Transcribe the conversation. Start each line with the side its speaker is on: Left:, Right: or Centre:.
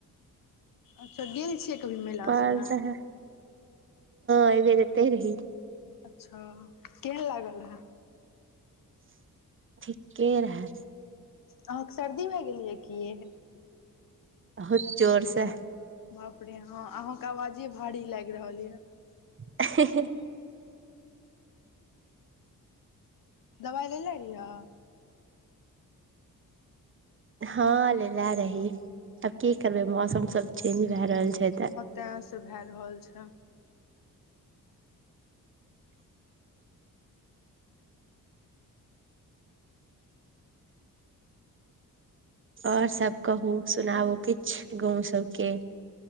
Left: अच्छा गेल छियै? कभी मेला
Right: <unintelligible>
Left: सभमे
Right: <inaudible> हाँ अइ बेेर एतै रह
Left: अच्छा, केहन लागल रहै?
Right: <inaudible> ठीके रहै।
Left: अहाँके सर्दी भए गेल कि यै?
Right: बहुत जोर से।
Left: बाप रे हाँ, अहाँके आवाजे भारी लागि रहल य।
Right: अ हे है
Left: दबाइ लेले रहिअ?
Right: हाँ लेलै रही। <inaudible> अब की करबै मौसम सब चेंज भा रहल छै त?
Left: तस भा रहल छै।
Right: आओर सब कहु, सुनाउ किछ गाँंव सबके।